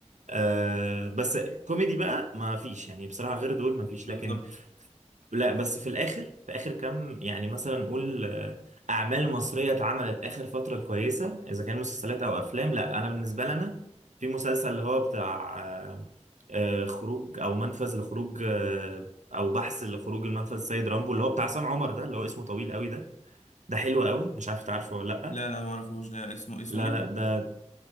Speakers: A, on the right; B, on the left.
A: أه بس كوميدي بقى ما فيش يعني بصراحه غير دول ما فيش
B: بالظبط
A: لكن لا بس في الاخر في اخر كام يعني مثلا نقول آه، اعمال مصريه اتعملت اخر فتره كويسه اذا كان مسلسلات او افلام لا انا بالنسبه لي انا في مسلسل اللي هو بتاع آه، آه، خروج او منفذ لخروج آه، او بحث لخروج المنفذ السيد رامبو اللي هو بتاع عصام عمر ده اللي هو اسمه طويل قوي ده ده حلو قوي مش عارف تعرفه ولا لا
B: لا لا ما اعرفوش ده اسمه اسمه
A: لا
B: ايه ده
A: لا ده